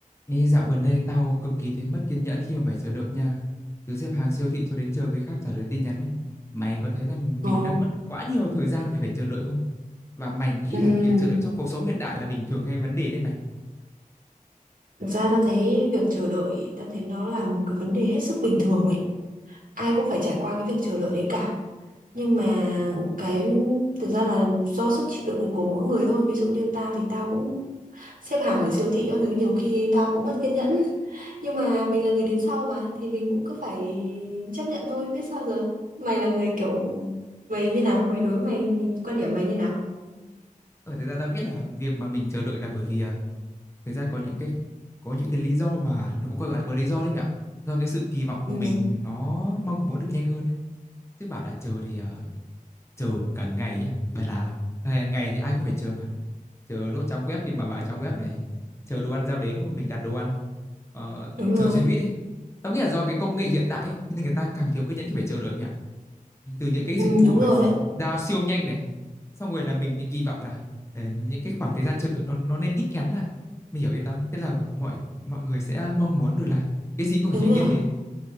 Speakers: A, on the left; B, on the right.
A: Ê, dạo gần đây tao cực kỳ thấy mất kiên nhẫn khi mà phải chờ đợi nha. Từ xếp hàng siêu thị cho đến chờ người khác trả lời tin nhắn ấy. Mày có thấy là mình
B: Ồ,
A: đang mất quá nhiều thời gian vì phải chờ đợi không? Và mày nghĩ
B: ừm,
A: là việc chờ đợi trong cuộc sống hiện đại là bình thường hay vấn đề đấy mày?
B: Thực ra ta thấy việc chờ đợi, ta thấy nó là một cái vấn đề hết sức bình thường ấy. Ai cũng phải trải qua cái việc chờ đợi đấy cả. Nhưng mà cái thực ra là do sức chịu đựng của mỗi người thôi. Ví dụ như tao thì tao cũng xếp hàng ở siêu thị các thứ nhiều khi tao cũng mất kiên nhẫn. Nhưng mà mình là người đến sau mà thì mình cũng cứ phải chấp nhận thôi, biết sao giờ. Mày là người kiểu mày như nào? Mày đối mày thì quan điểm mày như nào?
A: Ở thực ra tao nghĩ là việc mà mình chờ đợi là bởi vì à, thực ra có những cái có những cái lý do mà nó cũng gọi là có lý do đấy mẹ ạ. Do cái sự kỳ vọng của
B: Ừ,
A: mình nó mong muốn được nhanh hơn đấy. Chứ bảo là chờ thì à, chờ cả ngày á Bảo là hàng ngày thì ai cũng phải chờ mà chờ lốt trong web khi mà vào trong web này chờ đồ ăn giao đến lúc mà mình đặt đồ ăn ờ,
B: đúng
A: chờ
B: rồi.
A: xe buýt đi tao nghĩ là do cái công nghệ hiện đại ấy, nên người ta càng thiếu kiên nhẫn khi phải chờ đợi mẹ từ những cái
B: Ừ,
A: dịch vụ
B: đúng
A: mà
B: rồi đấy.
A: giao siêu nhanh này xong rồi là mình bị kỳ vọng là ờ, những cái khoảng thời gian chờ đợi nó, nó nên ít ngắn lại mình hiểu biết không thế là mọi mọi người sẽ mong muốn được là cái gì cũng
B: Đúng
A: phải nhanh
B: rồi.
A: như thế ấy.